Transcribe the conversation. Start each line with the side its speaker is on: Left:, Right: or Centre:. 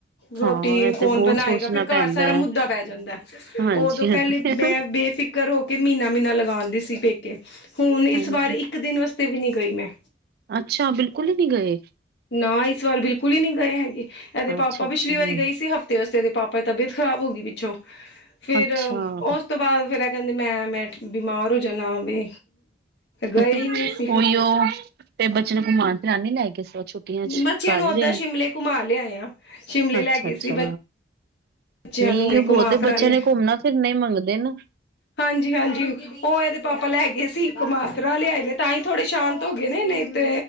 Left: ਰੋਟੀ
Right: ਹਾਂ ਇਹ
Left: ਕੌਣ
Right: ਤੇ ਬਹੁਤ
Left: ਬਣਾਏਗਾ
Right: ਸੋਚਣਾ
Left: ਫਿਰ ਘਰ
Right: ਪੈਂਦਾ
Left: ਸਾਰਾ
Right: ਹੈ
Left: ਮੁੱਦਾ ਪੈ ਜਾਂਦਾ
Right: ਹਾਂਜੀ-ਹਾਂਜੀ।
Left: ਉਦੋਂ ਪਹਿਲੇ ਮੈਂ ਬੇਫਿਕ ਘਰ ਹੋ ਕੇ ਮਹੀਨਾ- ਮਹੀਨਾ ਲਗਾਉਂਦੀ ਸੀ ਪੇਕੇ ਹੁਣ ਇਸ
Right: ਹਾਂਜੀ,
Left: ਵਾਰ ਇੱਕ ਦਿਨ ਵਾਸਤੇ ਵੀ ਨੀ ਗਈ ਮੈਂ
Right: ਅੱਛਾ ਬਿਲਕੁਲ ਹੀ ਨਹੀਂ ਗਏ।
Left: ਨਾ ਇਸ ਵਾਰ ਬਿਲਕੁਲ ਹੀ ਨਹੀਂ ਗਏ ਹੈਗੇ ਇਹਦੇ
Right: ਅੱਛਾ-ਅੱਛਾ,
Left: ਪਾਪਾ ਪਿਛਲੀ ਵਾਰੀ ਗਏ ਸੀ ਹ ਵਤੇ ਦੇ ਪਾਪਾ ਦੀ ਤਬੀਅਤ ਖਰਾਬ ਹੋ ਗਈ ਪਿੱਛੋਂ ਫਿਰ
Right: ਅੱਛਾ।
Left: ਉਸ ਉਸ ਤੋਂ ਬਾਅਦ ਫਿਰ ਕਹਿੰਦੇ ਮੈਂ -ਮੈਂ ਬਿਮਾਰ ਹੋ ਜਾਣਾ ਵੀ ਗਏ
Right: ਉਹੀ
Left: ਹੀ ਨਹੀਂ ਅਸੀਂ ਫਿਰ
Right: ਉਹ ਤੇ ਬੱਚੇ ਨੂੰ ਘਮਾਣ ਤੇ ਨੀ ਲੈ ਗਏ ਛੁ ਛੁਟੀਆਂ 'ਚ
Left: ਬੱਚਿਆਂ
Right: ਕਰ
Left: ਨੂੰ
Right: ਹੀ
Left: ਓਦਾਂ
Right: ਰਹੇ
Left: ਸ਼ਿਮਲੇ ਘੁਮਾ ਲਿਆਏ ਆ ਸ਼ਿਮਲੇ
Right: ਅੱਛਾ
Left: ਲੈ ਗਏ
Right: -ਅੱਛਾ।
Left: ਸੀ ਬੱਚਿਆਂ
Right: ਨਹੀਂ
Left: ਨੂੰ
Right: ਉਹ
Left: ਘੁਮਾ
Right: ਬਹੁਤੇ
Left: ਫਿਰਾ
Right: ਬੱਚਿਆਂ
Left: ਲਿਆਏ
Right: ਨੇ ਘੁੰਮਨਾ ਫਿਰਨਾ ਹੀ ਮੰਗਦੇ ਨ
Left: ਹਾਂਜੀ -ਹਾਂਜੀ ਉਹ ਇਹਦੇ ਪਾਪਾ ਲੈ ਗਏ ਸੀ। ਘੁਮਾ ਫਿਰਾ ਲਿਆਏ ਨੇ ਤਾਂ ਹੀ ਥੋੜੇ ਸ਼ਾਂਤ ਹੋ ਗਏ ਨੇ ਨਹੀਂ ਤੇ